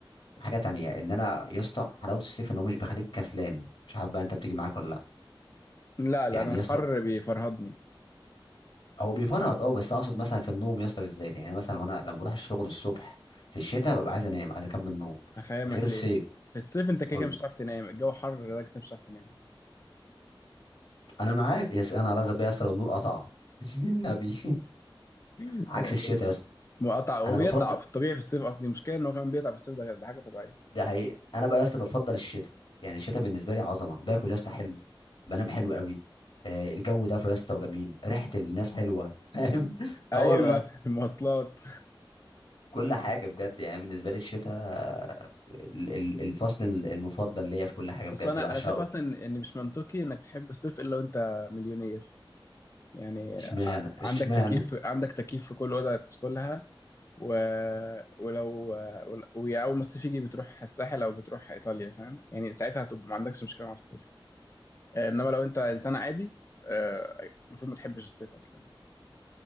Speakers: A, on the left; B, on the left.
A: وحاجه تانية ان انا يا اسطى حلاوه الصيف ان هو مش بيخليك كسلان مش عارف بقى انت بتيجي معاك ولا لا
B: لا لا
A: يعني
B: أنا
A: يا
B: الحر
A: اسطى
B: بيفرهدني
A: هو بيفرهد اه بس أنا اقصد مثلا في النوم يا اسطى بالذات يعني مثلا وانا لما بروح الشغل الصبح في الشتاء ببقى عايز انام عايز اكمل نوم
B: هفهمك
A: غير الصيف
B: ليه في الصيف أنت كده
A: قول
B: كده مش
A: لي
B: هتعرف تنام الجو حر لدرجة إنك مش هتعرف تنام
A: انا معاك يا اسطى انا رازق بيا يا اسطى لو النور قطع <laughs> النبي
B: <laughs>
A: عكس
B: آه،
A: الشتاء يا اسطى
B: مقطع هو
A: انا
B: بيقطع
A: بفضل
B: في الطبيعي في الصيف أصلا المشكلة إن هو كمان بيقطع في الصيف ده ده حاجة طبيعية
A: ده حقيقي انا بقى يا اسطى بفضل الشتاء يعني الشتاء بالنسبه لي عظمه باكل يا اسطى حلو بنام حلو قوي آه الجو ده يا اسطى وجميل ريحه الناس حلوه <laughs> فاهم
B: أيوه
A: اه والله
B: <laughs> في المواصلات
A: كل حاجه بجد يعني بالنسبه لي الشتاء ال- ال- الفصل المفضل ليا في كل حاجه بجد
B: بس أنا
A: بعشقه
B: أنا شايف أصلا إن إن مش منطقي إنك تحب الصيف إلا وأنت مليونير يعني
A: اشمعنى
B: ع- عندك
A: اشمعنى
B: تكييف عندك تكييف في كل أوضة تدخلها و... ولو ول- ويا اول ما الصيف يجي بتروح الساحل او بتروح ايطاليا فاهم يعني ساعتها هتبقى ما عندكش مشكله مع الصيف آه، انما لو انت انسان عادي آه، المفروض ما تحبش الصيف اصلا يعني